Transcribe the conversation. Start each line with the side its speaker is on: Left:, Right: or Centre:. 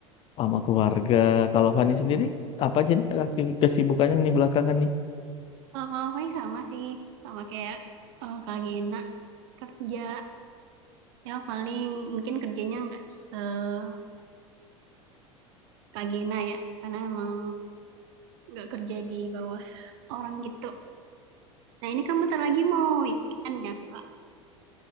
Left: sama keluarga. Kalau Fani sendiri, apa aja nih aktivi- kesibukannya nih belakangan nih?
Right: Kalau kalau paling sama sih, sama kayak eh, Kak Gena kerja. Ya paling mungkin kerjanya nggak sepadat Kak Gena ya, karena emang nggak kerja di bawah orang gitu. Nah ini kamu bentar lagi mau weekend ya Kak?